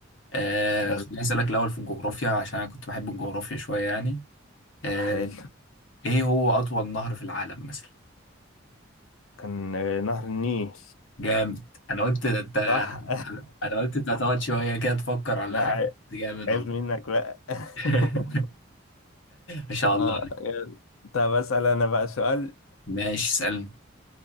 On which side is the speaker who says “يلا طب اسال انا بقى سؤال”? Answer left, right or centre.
Left